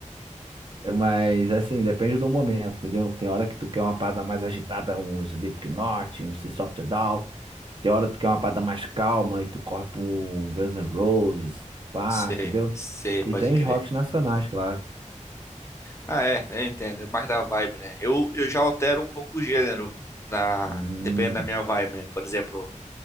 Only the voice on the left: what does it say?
Sei,
sei,
pode
crer.
Ah, é, eu entendo. É mais da vibe, né? Eu, eu já altero um pouco o gênero, na,
dependendo da minha vibe, né? Por exemplo.